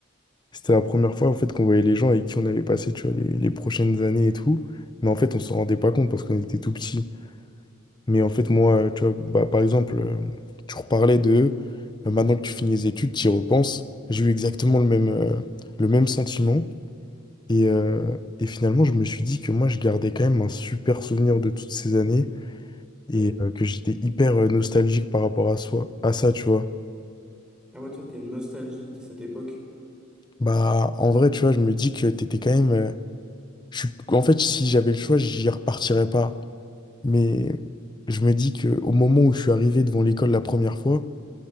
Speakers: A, on the left; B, in the centre.
A: c'était la première fois en fait qu'on voyait les gens avec qui on avait passé tu vois les, les prochaines années et tout mais en fait on s'en rendait pas compte parce qu'on était tout petits mais en fait moi euh, tu vois bah, par exemple euh, tu reparlais de euh, maintenant que tu finis les études tu y repenses j'ai eu exactement le même euh, le même sentiment et, euh, et finalement je me suis dit que moi je gardais quand même un super souvenir de toutes ces années et
B: ok.
A: euh, que j'étais hyper euh, nostalgique par rapport à soi, à ça, tu vois.
B: Ah ouais, toi, t'es nostalgique de cette époque.
A: Bah, en vrai, tu vois, je me dis que t'étais quand même. euh, je suis... En fait, si j'avais le choix, j'y repartirais pas. Mais je me dis que au moment où je suis arrivé devant l'école la première fois,